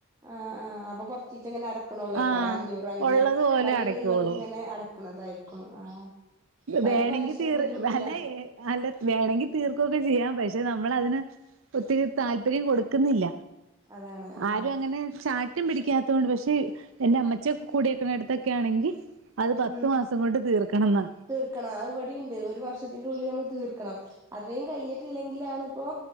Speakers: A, on the right; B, on the right.
A: ആഹ് ആഹ് അപ്പ കൊറച്ചീച്ചങ്ങനെ അടക്ക്ണൊള്ളേക്കാരം
B: ആഹ്
A: അഞ്ഞൂറ് അങ്ങനെ
B: ഉള്ളത് പോലെ
A: കയ്യിൽ
B: അടയ്ക്കുള്ളൂ
A: ഇള്ളത് ഇങ്ങനെ അട അടക്കണതായിരിക്കും ആഹ് എന്നാലും
B: വേണങ്കി
A: പലിശ
B: തീർ
A: ബുദ്ധിമുട്ടില്ല
B: അല്ല ഏഹ് അല്ലെ വേണങ്കി തീർക്കുവൊക്കെ ചെയ്യാം പക്ഷെ നമ്മളതിന് ഒത്തിരി താല്പര്യം കൊടുക്കുന്നില്ല
A: അതാണ് ആഹ്
B: ആരും അങ്ങനെ ച ശാഠ്യം പിടിക്കാത്തോണ്ട് പക്ഷെ എന്റെ അമ്മച്ചിയൊക്കെ കൂടിയക്കണ അടുത്തൊക്കെ ആണെങ്കി അത് പത്ത്
A: ഉം
B: മാസം കൊണ്ട് തീർക്കണംന്നാ
A: തീർക്കണം അത്‌ ഇവടിംണ്ട് ഒരു വർഷത്തിന്റെ ഉള്ളിൽ നമ്മള് തീർക്കണം അത്രയും കഴിഞ്ഞിട്ടില്ലെങ്കിലാണിപ്പോ